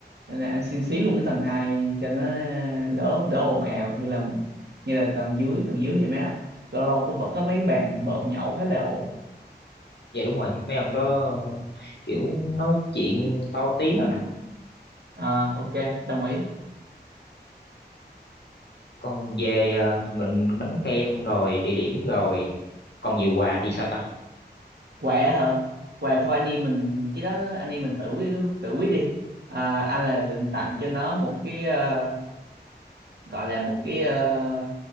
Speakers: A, on the right (about 70°); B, on the left (about 75°).
A: nên là anh xin xí luôn cái tầng 2 cho nó đỡ đỡ ồn ào như là như là tầng dưới tầng dưới thì mấy lâu lâu cũng vẫn có mấy bàn bợm nhậu khá là ồn
B: dạ đúng rồi mấy ông đó kiểu nói chuyện to tiếng á
A: à, ok đồng ý
B: còn về ờ, mình bánh kem rồi địa điểm rồi còn về quà thì sao ta
A: quà hả quà thôi anh em mình cái đó anh em mình tự quyết tự quyết đi à, anh là định tặng cho nó một cái ờ, gọi là một cái ờ,